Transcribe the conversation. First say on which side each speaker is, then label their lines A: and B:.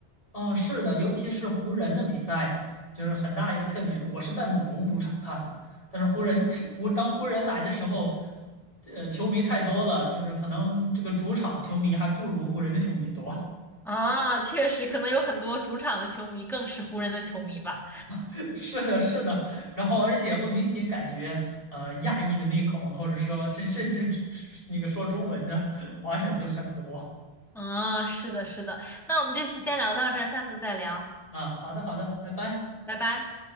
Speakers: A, on the left (about 35°); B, in the centre.
A: 嗯，是的，尤其是湖人的比赛，就是很大一个特点。我是在猛龙主场看的，但是湖人 <laughs> 湖当湖人来的时候，呃，球迷太多了，就是可能这个主场球迷还不如湖人的球迷多。
B: 嗯啊！确实，可能有很多主场的球迷更是湖人的球迷吧。
A: <laughs> 是的，是的，然后而且会明显感觉，呃，亚裔的面孔，或者说甚甚至 <laughs> 那个说中文的 <laughs> 华人就很多
B: 啊，是的，是的。那我们这次先聊到这儿，下次再聊，
A: 啊。好的，好的，拜拜。
B: 拜拜。